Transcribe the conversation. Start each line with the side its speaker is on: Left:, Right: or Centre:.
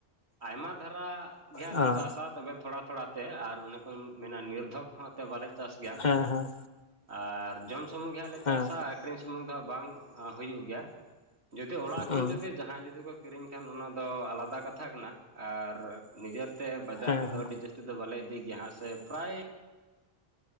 Right: ᱟᱭᱢᱟ ᱫᱷᱟᱨᱟ ᱜᱮᱦᱟᱸᱜ
Left: ᱦᱮᱸ
Right: ᱞᱮ ᱪᱟᱥᱟ ᱛᱚᱵᱮ ᱛᱷᱚᱲᱟ ᱛᱷᱚᱲᱟ ᱛᱮ ᱟᱨ ᱚᱱᱮ ᱠᱚ ᱢᱮᱱᱟ ᱱᱤᱨᱫᱷᱚᱠ ᱦᱚᱸᱛᱮ ᱵᱟᱞᱮ ᱪᱟᱥ ᱜᱮᱭᱟ
Left: ᱦᱮᱸ ᱦᱮᱸ
Right: ᱟᱨ ᱡᱚᱢ ᱥᱩᱢᱩᱝ ᱜᱮ ᱦᱟᱜ ᱞᱮ
Left: ᱦᱮᱸ
Right: ᱪᱟᱥᱟ, ᱟᱹᱠᱷᱨᱤᱧ ᱥᱩᱢᱩᱝ ᱫᱚ ᱦᱟᱸᱜ ᱵᱟᱝ ᱦᱩᱭᱩᱜ ᱜᱮᱭᱟ ᱡᱩᱫᱤ ᱚᱲᱟᱜ
Left: ᱦᱩᱸ
Right: ᱠᱷᱚᱱ ᱡᱩᱫᱤ ᱡᱟᱦᱟᱸᱭ ᱡᱩᱫᱤ ᱠᱚ ᱠᱤᱨᱤᱧ ᱠᱷᱟᱱ ᱚᱱᱟ ᱫᱚ ᱟᱞᱟᱫᱟ ᱠᱟᱛᱷᱟ, ᱠᱟᱛᱷᱟ ᱠᱟᱱᱟ ᱟᱨ ᱱᱤᱡᱮᱛᱮ ᱵᱟᱡᱟᱨ
Left: ᱦᱮᱸ
Right: ᱛᱮᱫᱚ
Left: ᱦᱮᱸ
Right: ᱟᱹᱰᱤ ᱡᱟᱹᱥᱛᱤ ᱫᱚ ᱵᱟᱞᱮ ᱤᱫᱤ ᱜᱮᱭᱟ ᱦᱟᱸᱟᱜ ᱥᱮ ᱯᱮᱨᱟᱭ